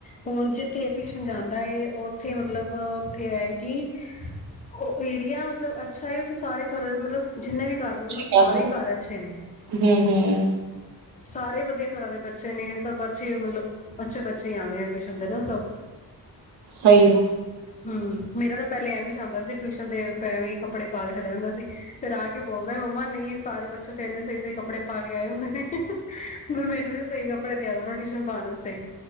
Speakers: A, on the left; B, on the right.
A: ਹੁਣ ਜਿੱਥੇ ਟਿਊਸ਼ਨ ਜਾਂਦਾ ਏ ਉੱਥੇ ਮਤਲਬ ਉੱਥੇ ਏਐ ਕੀ ਉਹ ਏਰੀਆ ਮਤਲਬ ਅੱਛਾ ਹੈ ਉੱਥੇ ਸਾਰੇ ਘਰ <unintelligible> ਮਤਲਬ ਜਿੰਨੇ ਵੀ ਕਰ
B: ਅੱਛੀ
A: ਲ ਨਾ ਸਾਰੇ
B: ਗੱਲ ਹੈ
A: ਘਰ ਅੱਛੇ ਨੇ।
B: ਹਮ ਹਮ
A: ਸਾਰੇ ਵਧੀਆ ਘਰ ਦੇ ਬੱਚੇ ਨੇ, ਸਭ ਅੱਛੇ ਮਤਲਬ ਅੱਛੇ ਬੱਚੇ ਆਉਂਦੇ ਆ ਟਿਊਸ਼ਨ ਦੇ ਨਾ ਸਭ।
B: ਸਹੀਰ
A: ਹਮ ਮੇਰਾ ਤਾਂ ਪਹਿਲੇ ਐਵੇਂ ਜਾਂਦਾ ਸੀ, ਟਿਊਸ਼ਨ ਤੇ ਪੈਵੇਂ ਕੱਪੜੇ ਪਾ ਕੇ ਚਲਾ ਜਾਂਦਾ ਸੀ, ਫਿਰ ਆ ਕੇ, ਬੋਲਦਾ ਮੰਮਾ ਨਹੀਂ ਸਾਰੇ ਬੱਚੇ ਤੇ ਇੰਨੇ ਸਹੀ ਸਹੀ ਕੱਪੜੇ ਪਾ ਕੇ ਆਏ ਹੁੰਦੇ ਨੇ। ਮੈਨੂੰ ਵੀ ਸਹੀ ਕੱਪੜੇ ਦਿਆਗੇ ਰੋਟੀ ਟਿਊਸ਼ਨ ਪਾ ਨ ਸੇ